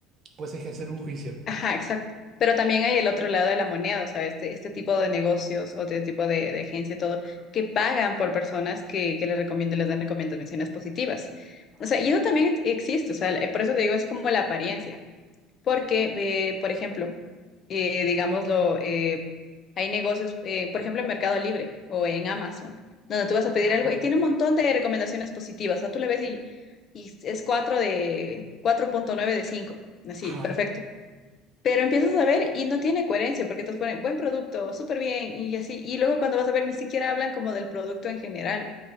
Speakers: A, on the right (about 35°); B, on the left (about 35°).
A: pues ejercer un juicio.
B: Ajá, exacto. Pero también hay el otro lado de la moneda, o sea, este, este tipo de negocios o este tipo de, de agencia y todo, que pagan por personas que, que les recomiendan, les dan recomendaciones positivas. O sea, y eso también existe, o sea, por eso te digo, es como la apariencia. Porque, eh, por ejemplo, eh, digámoslo, eh, hay negocios, eh, por ejemplo, en Mercado Libre o en Amazon, donde tú vas a pedir
A: Ajá,
B: algo y tiene un montón de recomendaciones positivas. O sea, tú le ves y, y es 4 de cuatro punto nueve de cinco Así,
A: ajá,
B: perfecto. Pero empiezas a ver y no tiene coherencia porque te ponen buen producto, súper bien y así. Y luego cuando vas a ver, ni siquiera hablan como del producto en general.